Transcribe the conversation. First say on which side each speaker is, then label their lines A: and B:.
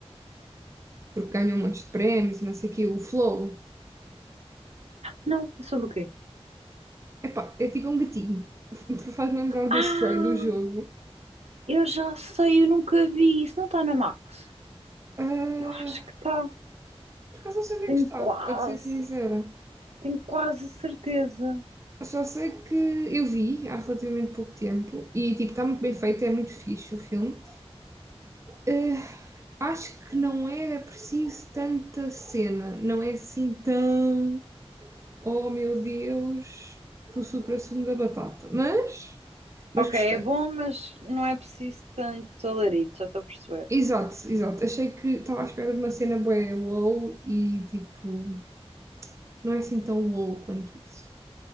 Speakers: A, on the right; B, on the right.
A: porque ganhou um monte de prémios e não sei o quê, o Flow?
B: Não, é sobre o quê?
A: Epá, é tipo um gatinho. <laughs> Faz-me lembrar do
B: Ah!
A: Stray do jogo.
B: Eu já sei, eu nunca vi. Isso não está na Max.
A: Ah,
B: Eu acho que está.
A: por acaso não sei onde
B: Tenho
A: é que está,
B: quase,
A: para te ser sincera.
B: tenho quase certeza.
A: Só sei que eu vi há relativamente pouco tempo e tipo, está muito bem feito, é muito fixe o filme. Ah, acho que não era preciso tanta cena, não é assim tão Oh meu Deus, tu supra-sumo da batata. Mas, mas
B: Ok,
A: gostei.
B: é bom, mas não é preciso tanto alarido, já estou a perceber.
A: Exato, exato. Achei que estava à espera de uma cena bué wow e tipo, não é assim tão wow quanto isso.